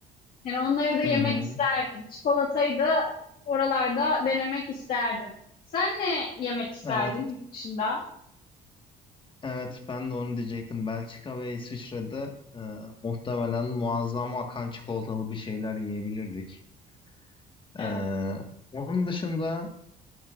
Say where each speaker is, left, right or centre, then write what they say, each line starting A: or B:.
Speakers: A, on the left (about 55°); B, on the left (about 30°).
A: Yani onları da yemek
B: Hı hı,
A: isterdim. Çikolatayı da oralarda denemek isterdim. Sen ne yemek isterdin
B: evet.
A: yurt dışında?
B: Evet ben de onu diyecektim. Belçika ve İsviçre'de e, muhtemelen muazzam akan çikolatalı bir şeyler yiyebilirdik.
A: Evet.
B: E, onun dışında